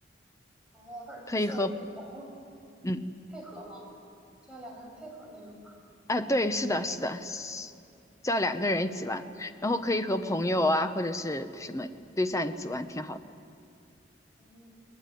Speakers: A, in the centre; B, on the left (about 20°).
A: 哦，它是两个人
B: 可以和嗯
A: 配合吗？需要两个人配合那种吗？
B: 啊，对，是的，是的，是叫两个人一起玩，然后可以和朋友啊或者是什么对象一起玩，挺好的。
A: 嗯，嗯